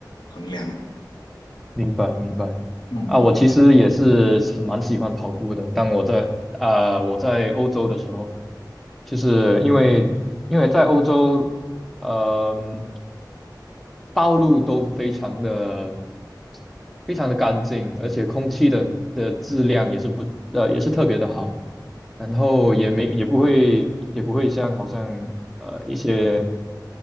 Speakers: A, on the left; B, in the centre.
A: 衡量。
B: 明白，明白。
A: 嗯，
B: 啊，我其实也是很蛮喜欢跑步的。当我在啊、我在欧洲的时候，就是因为因为在欧洲，嗯、道路都非常的非常的干净，而且空气的的质量也是不呃也是特别的好。然后也没也不会也不会像好像呃一些